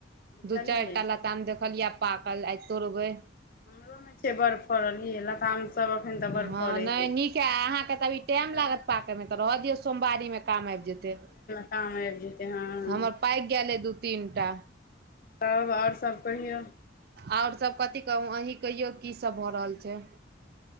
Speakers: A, on the left; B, on the right.
A: बुझलियै
B: दू चार टा ल ताम देखलियै पाकल आइ तोड़बै
A: हमरोमे छै बड़ फड़ल यै लतामसभ एखन तऽ बड़
B: हँ
A: फड़ै
B: नय
A: हइ
B: नीक ऐ अहाँके तब अभी टेम
A: चलू
B: लागत पाकय मे तऽ रहऽ दिऔ सोमवारी मे काम आइब जेतै
A: <unintelligible> ते हँ
B: हमर पाकि गेल अइ दू तीन टा
A: तब ओर सब कहियो
B: ओर सब कथी कहू अहीं कहियो की सब भऽ रहल छै